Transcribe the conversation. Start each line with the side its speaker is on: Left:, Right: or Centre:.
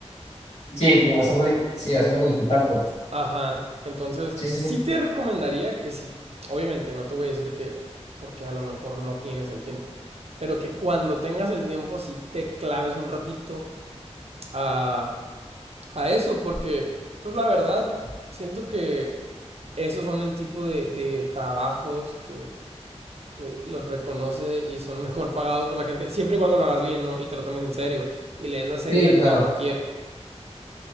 Left: sí, pues, hacerlo, di- sí, hacerlo digital, pues,
Right: Ajá, entonces
Left: sí, sí,
Right: sí
Left: sí,
Right: te recomendaría que sí. obviamente no te voy a decir que porque a lo mejor no tienes el tiempo, pero que cuando tengas el tiempo sí te claves un ratito a a eso, porque, pues la verdad, siento que esos son el tipo de, de trabajos que, que los reconoce y son mejor pagados por la gente, siempre y cuando lo hagas bien, ¿no? Y te lo tomes en serio y le des la seriedad
Left: sí, claro,
Right: que lo requiere